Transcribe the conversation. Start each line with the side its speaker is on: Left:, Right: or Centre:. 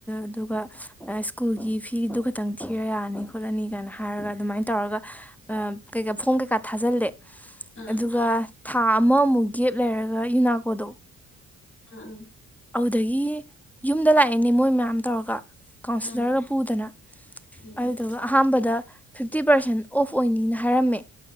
Centre: ꯑꯗꯨꯒ ꯁ꯭ꯀꯨꯜꯒꯤ ꯐꯤꯗꯨ ꯈꯇꯪ ꯊꯤꯔ ꯌꯥꯔꯅꯤ ꯈꯣꯠꯂꯅꯤ ꯀꯥꯏꯅ ꯍꯥꯏꯔꯒ ꯑꯗꯨꯃꯥꯏꯅ ꯇꯧꯔꯒ ꯀꯩꯀꯥ ꯐꯣꯡ ꯀꯩꯀꯥ ꯊꯥꯖꯤꯜꯂꯦ
Left: ꯑꯥ ꯑꯥ
Centre: ꯑꯗꯨꯒ ꯊꯥ ꯑꯃꯃꯨꯛ ꯒꯦꯞ ꯂꯩꯔꯒ ꯌꯨꯅꯥꯀꯣꯗꯣ
Left: ꯑꯥ ꯑ
Centre: ꯑꯗꯨꯗꯒꯤ ꯌꯨꯝꯗ ꯂꯥꯛꯑꯦꯅꯦ ꯃꯣꯏ ꯃꯌꯥꯝ ꯇꯧꯔꯒ ꯀꯥꯎꯟꯁꯤꯜꯂꯔꯒ
Left: ꯎꯝ
Centre: ꯄꯨꯗꯅ
Left: ꯎꯝ
Centre: ꯑꯗꯨꯗꯨꯒ ꯑꯍꯥꯟꯕꯗ ꯐꯤꯞꯇꯤ ꯄꯥꯔꯁꯦꯟ ꯑꯣꯐ ꯑꯣꯏꯅꯤꯅ ꯍꯥꯏꯔꯝꯃꯦ